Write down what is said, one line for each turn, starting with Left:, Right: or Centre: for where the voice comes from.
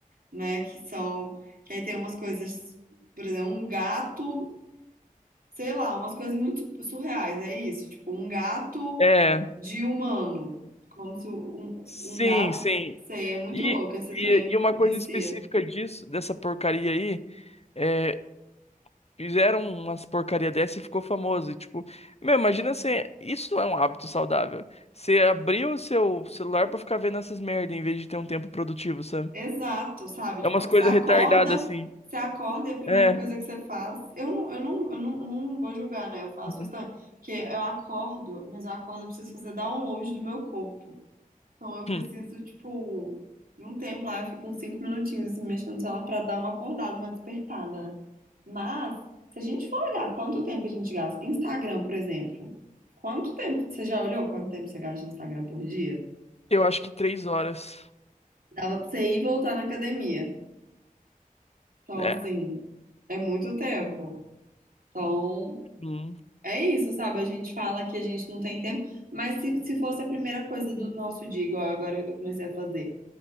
Right: né, que são, que aí tem umas coisas, por exemplo, um gato sei lá, umas coisas muito su- surreais, é isso, tipo, um gato
Left: É.
Right: de humano, como se um,
Left: Sim,
Right: um gato,
Left: sim.
Right: sei, é muito
Left: E,
Right: louco, esse
Left: e,
Right: trem
Left: e uma
Right: vicia.
Left: coisa específica disso, dessa porcaria aí, é, fizeram umas porcaria dessa e ficou famoso. E, tipo, meu, imagina você. Isso não é um hábito saudável. Você abrir o seu celular pra ficar vendo essas merda em vez de ter um tempo produtivo, sabe?
Right: Exato, sabe?
Left: É
Right: Tipo,
Left: umas
Right: você
Left: coisas
Right: acorda,
Left: retardadas assim.
Right: você acorda e a primeira
Left: É.
Right: coisa que você faz, eu não, eu não, eu não, não vou julgar, né? Eu faço
Left: Uhum.
Right: isso também, porque eu acordo, mas eu acordo, eu preciso fazer download do meu corpo. Então eu preciso,
Left: Hum,
Right: tipo, de um tempo lá, eu fico uns cinco minutinhos assim, mexendo no celular pra dar uma acordada, uma despertada. né? Mas, se a gente for olhar quanto tempo a gente gasta, Instagram, por exemplo, quanto tempo? Você já olhou quanto tempo você gasta no Instagram por dia?
Left: Eu acho que três horas.
Right: Dava pra você ir e voltar na academia. Então,
Left: É.
Right: assim, é muito tempo. Então,
Left: Hum.
Right: é isso, sabe? A gente fala que a gente não tem tempo, mas se, se fosse a primeira coisa do nosso dia, igual agora eu comecei a fazer,